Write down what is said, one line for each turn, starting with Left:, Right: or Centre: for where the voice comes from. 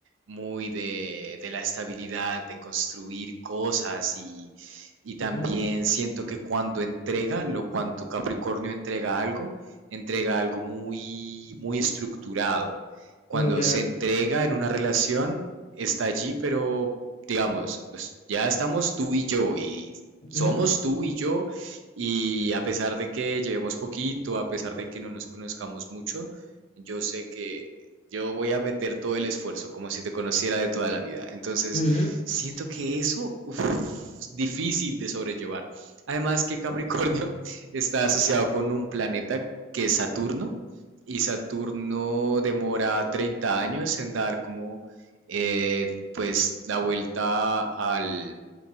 Right: muy de, de la estabilidad, de construir cosas y, y también
Left: <laughs> Ujú,
Right: siento que cuando entrega, lo cuando Capricornio entrega algo, entrega algo muy, muy estructurado. Cuando
Left: Muy real.
Right: se entrega en una relación, está allí, pero digamos, es- ya estamos tú y yo y
Left: Ujú,
Right: somos tú y yo y a pesar de que llevemos poquito, a pesar de que no nos conozcamos mucho, yo sé que yo voy a meter todo el esfuerzo, como si te conociera de toda la vida. Entonces,
Left: ujú,
Right: siento que eso uf, es difícil de sobrellevar. Además que Capricornio <laughs> está asociado con un planeta que es Saturno, y Saturno demora 30 años en dar como eh, pues la vuelta al,